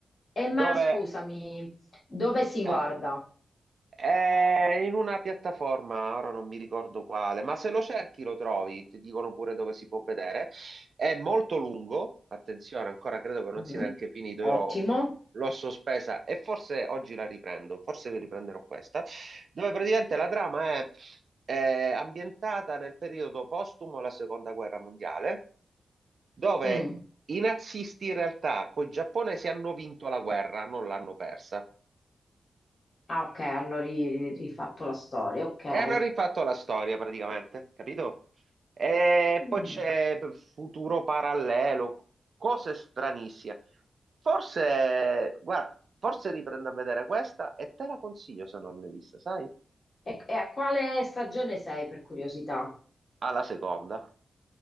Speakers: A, on the left; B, on the right.
A: E ma
B: dove...
A: scusami, dove si guarda?
B: eh, È in una piattaforma, ora non mi ricordo quale, ma se lo cerchi lo trovi, ti dicono pure dove si può vedere. È molto lungo, attenzione, ancora credo che non
A: Mm,
B: sia neanche finito,
A: Ottimo.
B: io lo- l'ho sospesa e forse oggi la riprendo, forse vi riprenderò questa, dove praticamente la trama è, è ambientata nel periodo postumo alla Seconda Guerra Mondiale, dove
A: Mm.
B: i nazisti in realtà con i giapponesi hanno vinto la guerra, non l'hanno persa.
A: Ah, ok, hanno ri- ri- rifatto la storia, ok.
B: E hanno rifatto la storia praticamente, capito? E
A: Mm.
B: poi c'è futuro parallelo, cose stranissime. Forse, guarda, forse riprendo a vedere questa e te la consiglio se non l'hai vista, sai?
A: E, e a quale stagione sei per curiosità?
B: Alla seconda.